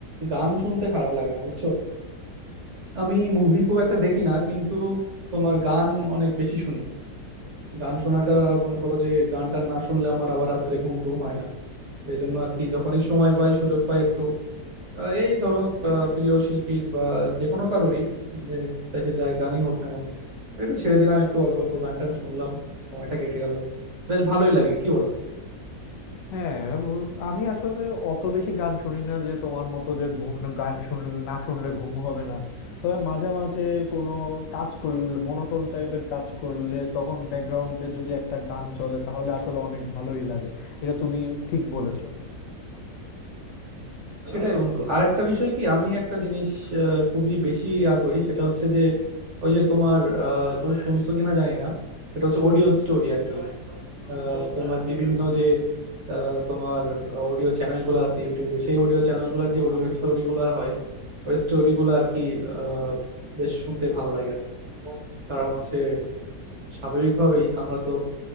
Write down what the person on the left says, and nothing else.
হ্যাঁ উম, আমি আসলে অত বেশি গান শুনি না যে তোমার মতো যে ঘুম গান শুনলে না শুনলে ঘুম হবে না তবে মাঝে মাঝে কোনো কাজ করলে মনোটোন টাইপের কাজ করলে তখন ব্যাকগ্রাউন্ডে যদি একটা গান চলে তাহলে আসলে অনেক ভালোই লাগে এটা তুমি ঠিক বলেছো